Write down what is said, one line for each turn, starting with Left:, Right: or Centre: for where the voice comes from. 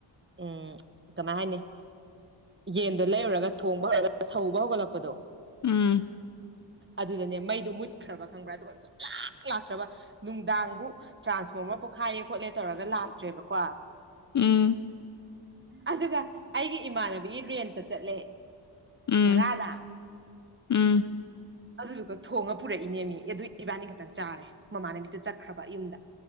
Right: ꯎꯝ ꯀꯃ ꯍꯥꯏꯅꯤ ꯌꯦꯟꯗꯣ ꯂꯩꯔꯨꯔꯒ ꯊꯣꯡꯕ ꯍꯧꯔꯒ ꯁꯧꯕ ꯍꯧꯒꯠꯂꯛꯄꯗꯣ
Left: ꯎꯝ
Right: ꯑꯗꯨꯗꯅꯦ ꯃꯩꯗꯨ ꯃꯨꯠꯈ꯭ꯔꯕ ꯈꯪꯕ꯭ꯔꯥ ꯑꯗꯨꯒ ꯆꯨꯝꯂꯥꯛ ꯂꯥꯛꯇ꯭ꯔꯕ ꯅꯨꯡꯗꯥꯡꯕꯨ ꯇ꯭ꯔꯥꯟꯁꯐꯣꯔꯃꯔ ꯄꯣꯛꯈꯥꯏꯌꯦꯦ ꯈꯣꯠꯂꯦ ꯇꯧꯔꯒ ꯂꯥꯛꯇ꯭ꯔꯦꯕꯀꯣ
Left: ꯎꯝ
Right: ꯑꯗꯨꯒ ꯑꯩꯒꯤ ꯏꯃꯥꯟꯅꯕꯤ ꯔꯦꯟꯇ ꯆꯠꯂꯦ
Left: ꯎꯝ
Right: ꯚꯔꯥꯗ
Left: ꯎꯝ
Right: ꯑꯗꯨꯗꯨꯒ ꯊꯣꯡꯉ ꯄꯨꯔꯛꯏꯅꯦ ꯃꯤ ꯑꯦ ꯑꯗꯨꯏ ꯏꯕꯥꯅꯤ ꯈꯛꯇꯪ ꯆꯥꯔꯦ ꯃꯃꯥꯅ ꯃꯤꯗꯨ ꯆꯠꯈ꯭ꯔꯕ ꯌꯨꯝꯗ